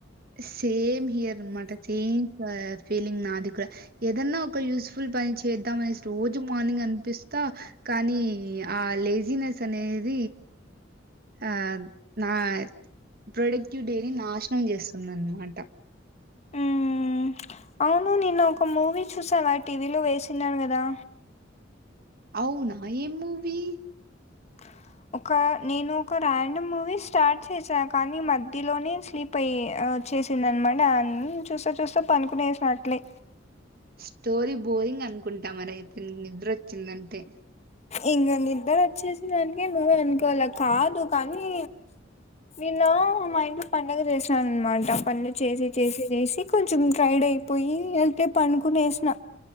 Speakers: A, on the right; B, on the left.
A: సేమ్ హియర్ మాట సేమ్ ఫీలింగ్ నాదికుడా ఏదన్నా ఒక యూస్ఫుల్ పని చేద్దాం అనేసి రోజు మార్నింగ్ అనిపిస్తా కానీ ఆ లేజినెస్ అనేది ఆ నా ప్రొడక్టివిటీ డేని నాశనం చేస్తుందిన్నమాట.
B: ఉహు అవును నిన్న ఒక మూవీ చూసావా టీవీలో వేసినారు కదా
A: అవునా ఏం మూవి?
B: హ ఒక నేను ఒక ర్యాండమ్ మూవీ స్టార్ట్ చేసా కానీ మధ్యలోనే స్లిప్ అయ్య అ వచ్చేసింది అనమాట అన్ చూస్తా చూస్తా పనుకునేసినట్లే.
A: స్టోరీ బోరింగ్ అనుకుంటా మరయితే నిద్ర వచ్చిందంటే
B: ఇంకా నిద్దరు వచ్చేసి దానికే నో అనుకోవాల కాదు కానీ నిన్న మా ఇంట్లో పండగ చేసినాను అనమాట పనులు చేసి చేసి చేసి కొంచెం టైడ్ అయిపోయి ఎల్లిపో పనుకునేసిన